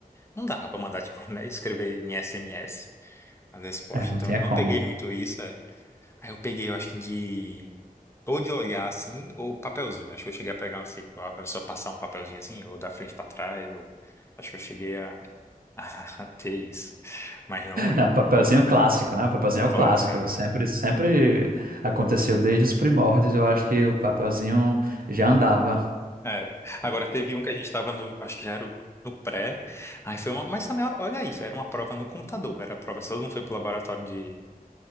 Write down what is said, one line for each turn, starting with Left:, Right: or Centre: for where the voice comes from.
Left: não dava pra mandar, <laughs> tipo, né, escrever em SMS as respostas,
Right: É, não
Left: então
Right: tinha
Left: eu não
Right: como.
Left: peguei muito isso, é. Aí eu peguei, eu acho que de, ou de olhar, assim, ou papelzinho, acho que eu cheguei a pegar, assim, a pessoa passar um papelzinho, assim, ou da frente pra trás, ou, acho que eu cheguei <laughs> até isso. Mas não lembro.
Right: Ah, papelzinho clássico, né? O Papelzinho
Left: O
Right: é
Left: clássico,
Right: o clássico.
Left: é.
Right: Sempre, sempre aconteceu desde os primórdios. Eu acho que o papelzinho já andava.
Left: É. Agora teve um que a gente estava no. Acho que já era o- no pré. Aí foi uma. Mas também, olha isso, era uma prova no computador. Era a prova. Todo mundo foi pro laboratório de,